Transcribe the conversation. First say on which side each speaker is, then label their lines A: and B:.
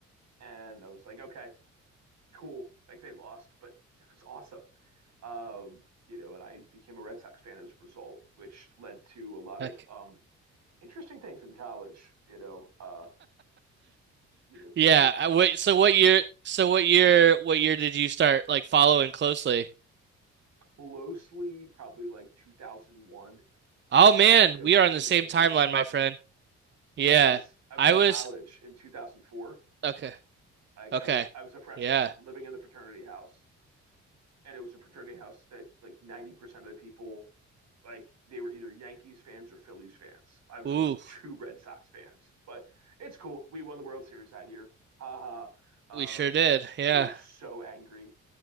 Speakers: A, on the right; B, on the right.
A: and I was like, okay, cool. Like they lost, but it was awesome. Um, you know, and I became a Red Sox fan as a result, which led to a lot
B: Heck.
A: of um, interesting things in college. You know, uh, you know,
B: Yeah.
A: too
B: I- Wait, so what year so what year what year did you start like following closely?
A: closely, probably like 2001. Um,
B: Oh man,
A: you know,
B: we
A: I was like
B: are
A: a
B: on
A: teenager.
B: the same timeline, my friend.
A: Yeah,
B: Yeah.
A: I was I was
B: I
A: in
B: was
A: college in 2004,
B: okay.
A: Like
B: Okay.
A: I was I was a freshman
B: Yeah.
A: living in the fraternity house, and it was a fraternity house that like 90% of the people like they were either Yankees fans or Phillies fans. I was
B: Ooh,
A: one of two Red Sox fans, but it's cool. We won the World Series that year. Ha Um,
B: we sure did. Yeah.
A: they were so angry.